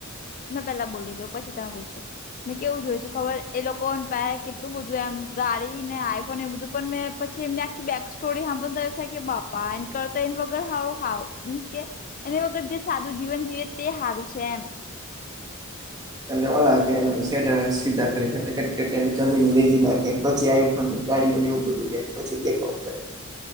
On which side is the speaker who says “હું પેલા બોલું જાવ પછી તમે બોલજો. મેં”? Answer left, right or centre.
Left